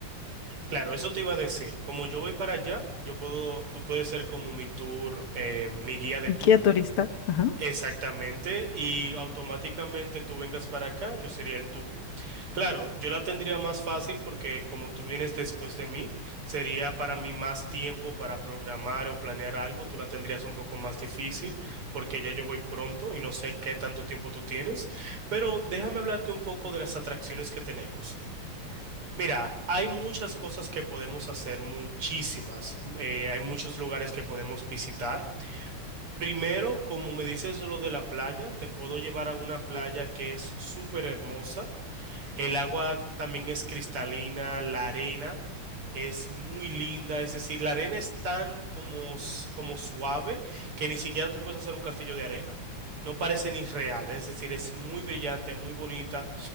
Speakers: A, on the right; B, on the left.
A: Claro, eso te iba a decir. Como yo voy para allá, yo puedo, tú puedes ser como mi tour, eh, mi guía de
B: Guía
A: tour.
B: turista, ajá,
A: Exactamente, y automáticamente tú vengas para acá, yo sería el tuyo. Claro, yo la tendría más fácil porque como tú vienes después de mí, sería para mí más tiempo para programar o planear algo, tú la tendrías un poco más difícil porque ya yo voy pronto y no sé qué tanto tiempo tú tienes, pero déjame hablarte un poco de las atracciones que tenemos. Mira, hay muchas cosas que podemos hacer, muchísimas. eh, hay muchos lugares que podemos visitar. Primero, como me dices lo de la playa, te puedo llevar a una playa que es súper hermosa. El agua también es cristalina, la arena es muy linda, es decir, la arena es tan como, s- como suave que ni siquiera tú puedes hacer un castillo de arena. No parece ni real, es decir, es muy brillante, muy bonita.